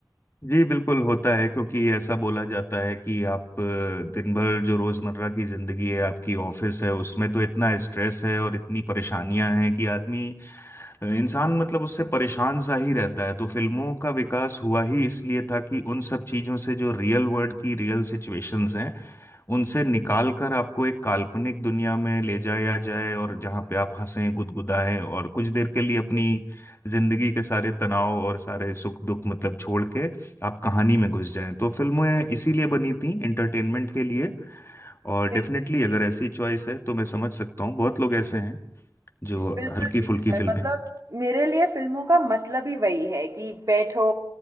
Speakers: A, on the left; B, on the right.
A: जी बिल्कुल होता है क्योंकि ऐसा बोला जाता है कि आप अ, दिन भर जो रोजमर्रा की जिंदगी है आपकी ऑफिस है उसमें तो इतना स्ट्रेस है और इतनी परेशानियां हैं कि आदमी अ, इंसान मतलब उससे परेशान सा ही रहता है तो फिल्मों का विकास हुआ ही इसलिए था कि उन सब चीजों से जो रियल वर्ल्ड की रियल सिचुएशंस हैं उनसे निकाल कर आपको एक काल्पनिक दुनिया में ले जाया जाए और जहां पे आप हंसें गुदगुदाएं और कुछ देर के लिए अपनी जिंदगी के सारे तनाव और सारे सुख दुख मतलब छोड़ के आप कहानी में घुस जाएं तो फिल्में इसीलिए बनी थी एंटरटेनमेंट के लिए और
B: बिल्कुल
A: डेफिनेटली
B: ठीक
A: अगर ऐसी चॉइस है तो मैं समझ सकता हूँ बहुत लोग ऐसे हैं जो
B: बिल्कुल
A: हल्की
B: ठीक
A: फुल्की
B: सर
A: फिल्में
B: मतलब मेरे लिए फिल्मों का मतलब ही वही है कि बैठो